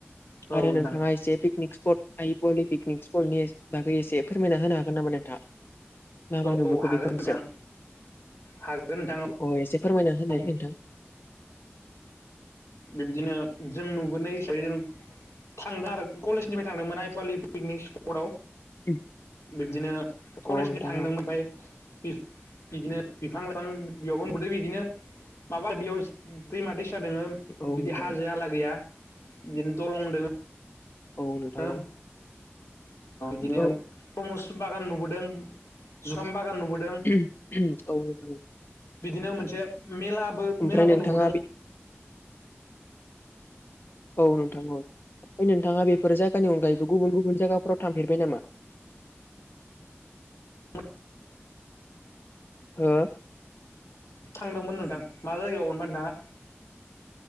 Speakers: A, on the left; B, on the left.
A: औ
B: आरो
A: नोंथां
B: नोंथाङा एसे पिकनिक ि स नि बागै एसे फोरमायना होनो हागोन नामा नोंथां मा
A: औ
B: मा नुबो <unintelligible> बेफोरनि
A: हागोन नोंथां
B: सायाव
A: हागोन नोंथां
B: अ एसे फोरमायना
A: औ
B: होनाय नोंथां
A: बिब्दिनो जों नुबोनाय हिसाबै जों थांदों आरो कलेजनिफ्राय थांदोंमोन आइपवालि पिकनिक स्पटआव
B: उम,
A: बिब्दिनो
B: औ
A: कलेजनि
B: नोंथां
A: थांदोंमोन
B: औ
A: ओमफाय बिब बिदिनो बिफां लाइफां बियावबो उन्दुदो बिदिनो माबा बेयाव दैमा दैसा दङ बिदि
B: औ नोंथां
A: हाजो
B: औ
A: आला गैया बिदिनो दलं दङ
B: औ नोंथां
A: ओ
B: औ
A: बिदिनो
B: औ
A: प्रमस् बागान नुबोदों जुखाम
B: औ
A: बागान नुबोदों
B: औ
A: बिदिनो मोनसे मेलाबो
B: ओमफ्राय
A: मेलाबो
B: नोंथाङा
A: नुबोदों
B: बे औ नोंथां औ ओमफाय नोंथाङा बेफोर जायगानि अनगायैबो गुबुन गुबुन जायगाफोराव थांफेरबाय नामा
A: <inaudible>
B: हो
A: थांदोंमोन नोंथां मा जायगायाव मोनबा नोथांआ